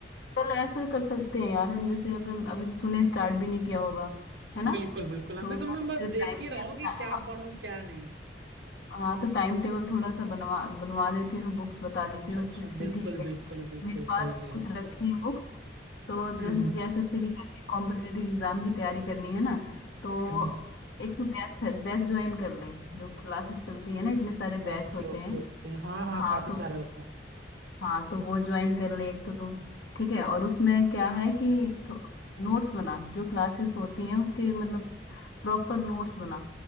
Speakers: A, on the left; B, on the right.
A: चल ऐसे कर सकते हैं यार हम जैसे अभी अभी तो तूने स्टार्ट भी नहीं किया होगा है ना
B: बिल्कुल बिल्कुल अभी
A: तो
B: तो
A: मैं
B: मैं
A: तुझे
B: बस
A: टाइम
B: देख ही रहा हूँ कि
A: हाँ
B: क्या
A: हाँ
B: पढूं क्या नहीं
A: हाँ, तो टाइम टेबल थोड़ा सा बनवा बनवा देती हूँ बुक्स बता देती
B: अच्छा
A: हूँ
B: अच्छा
A: किसकी
B: बिल्कुल
A: ठीक है
B: बिल्कुल बिल्कुल
A: मेरे पास
B: सही सही
A: भी कुछ
B: है
A: रखी है बुक्स तो
B: हम्म
A: जैसे
B: हम्म
A: तुझे एसएससी की करनी है कॉम्पिटेटिव एग्जाम की तैयारी करनी है ना तो
B: हम्म,
A: एक तो बैच बैच ज्वाइन कर ले जो क्लासेस चलती है ना इतने सारे बैच
B: ओके
A: होते
B: ओके
A: हैं
B: ओके हाँ हाँ
A: हाँ
B: काफी
A: तो
B: सारे होते हैं
A: हाँ तो वो ज्वाइन कर ले एक तो तुम ठीक है और उसमें क्या है कि नोट्स बना जो क्लासेस होती हैं उसके मतलब प्रॉपर नोट्स बना